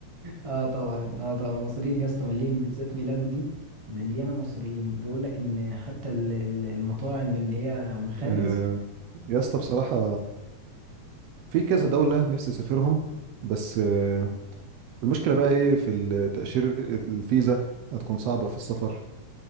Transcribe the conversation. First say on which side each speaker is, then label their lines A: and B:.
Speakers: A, on the right; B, on the right.
A: اه طبعا اه طبعا مصريين يا اسطى مليين بالذات ميلانو دي مليانه مصريين بيقول لك ان حتى ال- ال- المطاعم اللي هي مخابز
B: آه، يا اسطى بصراحة في كذا
A: اه
B: دولة نفسي اسافرهم بس آه، المشكلة بقى ايه في التأشيرة الفيزا هتكون صعبة في السفر